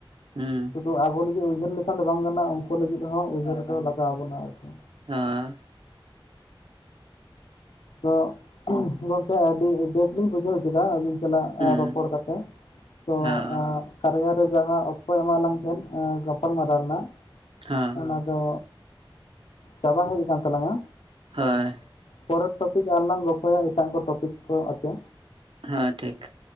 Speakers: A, on the right; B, on the left.
A: ᱦᱩᱸ
B: ᱛᱚ ᱟᱵᱚ ᱞᱟᱹᱜᱤᱫ ᱩᱭᱦᱟᱹᱨ ᱞᱮᱠᱷᱟᱱ ᱫᱚ ᱵᱟᱝ ᱜᱟᱱᱚᱜ ᱩᱱᱠᱩ ᱞᱟᱹᱜᱤᱫ ᱦᱚᱸ ᱩᱭᱦᱟᱹᱨ ᱨᱮᱫᱚ ᱞᱟᱜᱟᱣ ᱵᱚᱱᱟ ᱟᱨᱠᱤ
A: ᱦᱮᱸ
B: ᱛᱚ ᱜᱚᱢᱠᱮ ᱟᱹᱰᱤ ᱵᱮᱥ ᱞᱤᱧ ᱵᱩᱡᱷᱟᱹᱣ ᱠᱮᱫᱟ ᱟᱹᱵᱤᱱ ᱪᱟᱞᱟᱜ
A: ᱦᱩᱸ
B: ᱨᱚᱯᱚᱲ ᱠᱟᱛᱮ ᱛᱚ
A: ᱦᱚᱸ
B: ᱠᱟᱨᱭᱟ ᱨᱮ ᱡᱟᱦᱟᱸ ᱚᱠᱛᱚ ᱮᱢᱟᱜ ᱞᱟᱝ ᱛᱟᱦᱮᱫ ᱜᱟᱯᱟᱞ ᱢᱟᱨᱟᱣ ᱨᱮᱱᱟᱜ
A: ᱦᱮᱸ
B: ᱚᱱᱟ ᱫᱚ ᱪᱟᱵᱟ ᱦᱮᱡ ᱟᱠᱟᱱ ᱛᱟᱞᱟᱝᱼᱟ
A: ᱦᱳᱭ
B: ᱯᱚᱨᱮᱨ ᱴᱚᱯᱤᱠ ᱟᱨᱚ ᱞᱟᱝ ᱜᱚᱯᱚᱭᱟ ᱮᱴᱟᱜ ᱠᱚ ᱴᱚᱯᱤᱠ ᱠᱚ ᱟᱛᱮ
A: ᱦᱮᱸ ᱴᱷᱤᱠ